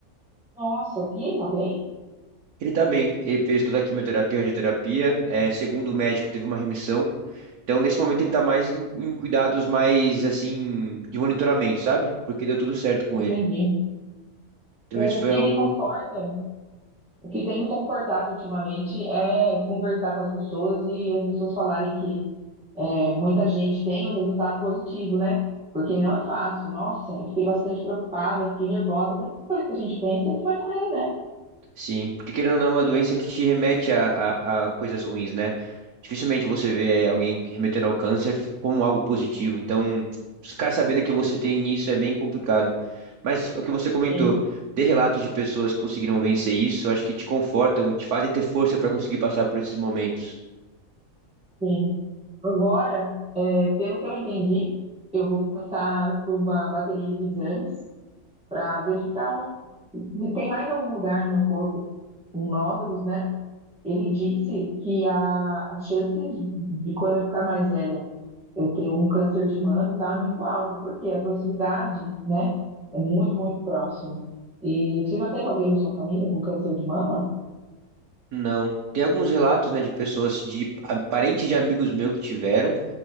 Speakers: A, in the centre; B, on the right (about 75°).
A: Nossa, e ele tá bem?
B: Ele tá bem, ele fez toda a quimioterapia, radioterapia, é, segundo o médico, teve uma remissão. Então, nesse momento, ele tá mais em, em cuidados mais, assim, de monitoramento, sabe? Porque deu tudo certo com
A: Entendi.
B: ele. Então,
A: O
B: isso foi
A: que
B: algo
A: me conforta O que tem me confortado ultimamente é conversar com as pessoas e as pessoas falarem que é, muita gente tem um resultado positivo, né? Porque não é fácil. Nossa, eu fiquei bastante preocupada, fiquei nervosa. A primeira coisa que a gente pensa é que vai morrer, né?
B: Sim, porque querendo ou não, é uma doença que te remete a, a, a coisas ruins, né? Dificilmente você vê alguém remetendo ao câncer como algo positivo. Então, ficar sabendo que você tem isso é bem complicado. Mas o que você comentou,
A: Sim,
B: ter relatos de pessoas que conseguiram vencer isso, eu acho que te confortam e te fazem ter força para conseguir passar por esses momentos.
A: sim. Agora, é, pelo que eu entendi, eu vou passar por uma bateria de exames para verificar um, se tem mais algum lugar no meu corpo com nódulos, né? Ele disse que a, as chances de quando eu ficar mais velha eu ter um câncer de mama tá muito alta, porque a proximidade, né, é muito, muito próximo. E você já teve alguém na sua família com câncer de mama?
B: Não. Tem alguns relatos, né, de pessoas, de a- parentes de amigos meus que tiveram